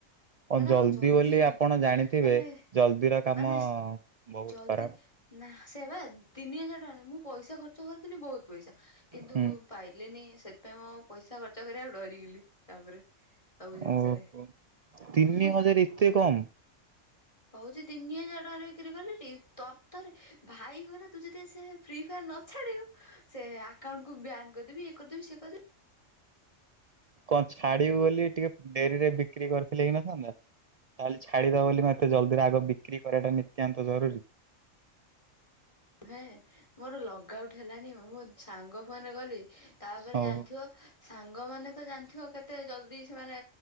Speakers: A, on the right; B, on the left.
A: କଣ
B: ମାନେ ଆମର
A: ଜଲ୍ଦି
B: ଜଲଦି
A: ବୋଲି
B: ହି ବିକ୍ରି
A: ଆପଣ ଜାଣିଥିବେ
B: ମାନେ
A: ଜଲ୍ଦିର କାମ
B: ମାନେ
A: ବହୁତ
B: ଜଲଦି
A: ଖରାପ
B: ନା ସେ ତିନି ହଜାର ଟଙ୍କା ନାଁ ମୁଁ ପଇସା ଖର୍ଚ୍ଚ କରିଥିଲି ବହୁତ ପଇସା କିନ୍ତୁ
A: ହୁଁ
B: ପାଇଲିନି ସେଥିପାଇଁ ମୁଁ ପଇସା ଖର୍ଚ୍ଚ କରି ଆକୁ ଡରିଗଲି ତାପରେ। ସବୁ ଜିନିଷରେ
A: ଓହୋ ତିନି
B: ମୁ
A: ହଜାର ଏତେ କମ
B: ହଉଛି ତିନି ହଜାର ଟଙ୍କାରେ ବିକ୍ରି କଲି ତର ତରେ ଭାଇ କହିଲା ତୁ ଯଦି ସେ ଫ୍ରି ଫାୟାର ନ ଛାଡିବୁ ସେ ଆକାଉଣ୍ଟକୁୁ ବାନ କରିଦେବି। କଦ ବି ସେ କଦ
A: କଣ ଛାଡିବୁ ବୋଲି ଟିକେ ଡେରି ରେ ବିକ୍ରି କରିଥିଲେ ହେଇ ନଥାନ୍ତା। ତାହେଲେ ଛାଡିଦବ ବୋଲି ମୁ ଏତେ ଜଲଦିରେ ଆଗ ବିକ୍ରି କରିବାଟା ନିତ୍ୟାନ୍ତ ଜରୁରୀ।
B: ହଁ ମୋର ଲଗ କଉଠି ହେଲାନି ମୁଁ ସାଙ୍ଗ ଫୋନରେ କଲି ତାପରେ
A: ହଉ
B: ଜାଣିଥିବ ସାଙ୍ଗ ମାନେ ତ ଜାଣିଥିବ କେତେ ଜଲ୍ଦି ସେ ମାନେ